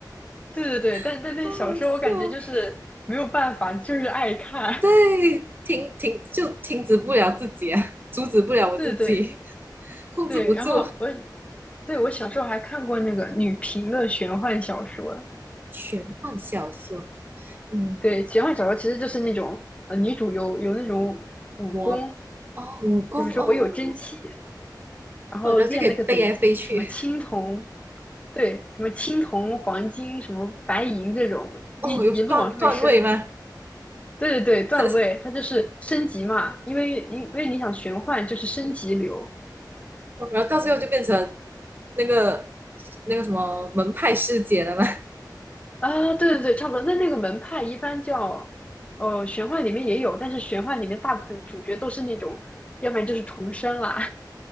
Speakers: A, on the left; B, on the right.
A: 对对对，但但那小说我感觉就是没有办法，
B: <laughs> 好好笑。
A: 就是爱看。
B: 对，停停就停止不了自己啊，阻止不了我自己，
A: <laughs> 对对
B: 控制不住。
A: 对，然后我对我小时候还看过那个女频的玄幻小说。
B: 玄幻小说，嗯，
A: 对，玄幻小说其实就是那种呃，女主有有那种武功，
B: 我哦，武功哦，
A: 就比如说我有真气，然后练那个等级，
B: 哦然后就可以飞来飞去，
A: 什么青铜，对，什么青铜、黄金、什么白银这种，
B: 哦，
A: 一一路往上面升。
B: 有段段位吗？
A: 对对对，段位它就是升级嘛，
B: <laughs>
A: 因为因为你想玄幻就是升级流
B: 哦，然后到最后就变成那个那个什么门派师姐了吗？
A: 啊，对对对，差不多。那那个门派一般叫，呃，玄幻里面也有，但是玄幻里面大部分主角都是那种，要不然就是重生啦，